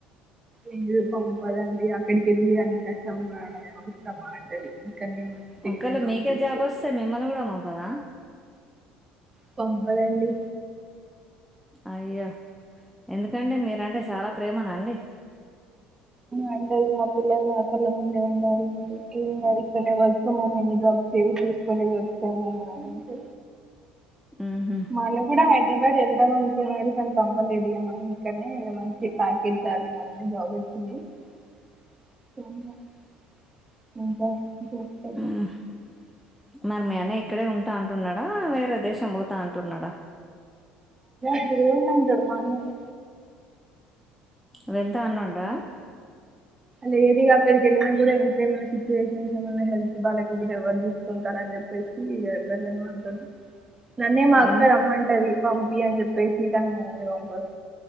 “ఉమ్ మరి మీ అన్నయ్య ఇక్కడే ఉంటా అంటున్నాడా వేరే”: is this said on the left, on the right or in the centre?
Centre